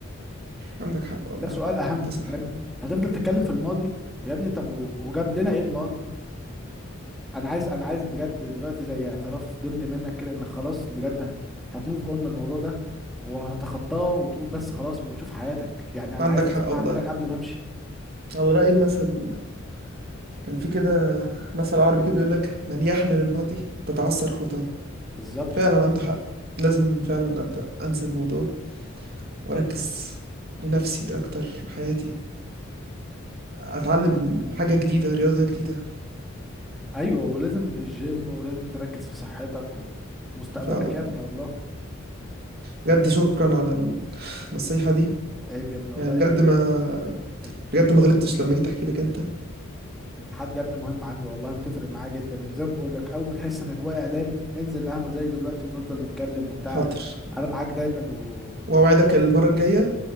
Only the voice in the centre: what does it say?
ده سؤال اهم
فاهم هتفضل تتكلم في الماضي يا ابني طب و- وجاب لنا ايه الماضي انا عايز انا عايز بجد دلوقتي زي اعتراف ضمني منك كده ان خلاص بجد هتموف اون من الموضوع ده وهتتخطاه وتقول بس خلاص وتشوف حياتك يعني انا
عايز اسمعها
منك قبل ما امشي
بالظبط
ايوه ولازم الجيم ولازم تركز في صحتك و- ومستقبلك
يا ابني والله
عيب يا ابني والله
انت
انت
انت حد يا ابني مهم عندي والله وتفرق معايا جدا وزي ما بقول لك اول ما تحس انك واقع دايما ننزل قهوة زي دلوقتي ونفضل نتكلم وبتاع
انا معاك دايما و